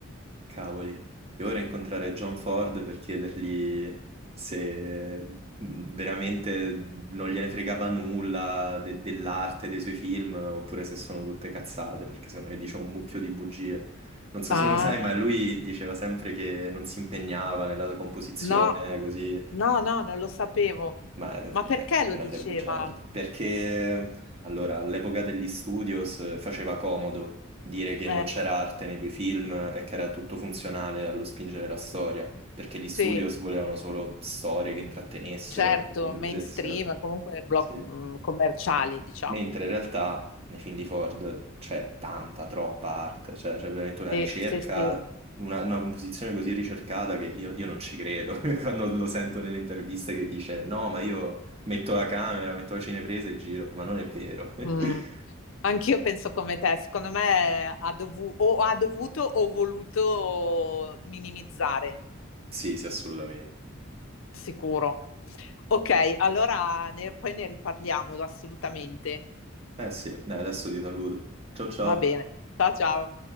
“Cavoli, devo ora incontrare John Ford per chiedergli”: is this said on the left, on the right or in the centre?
Right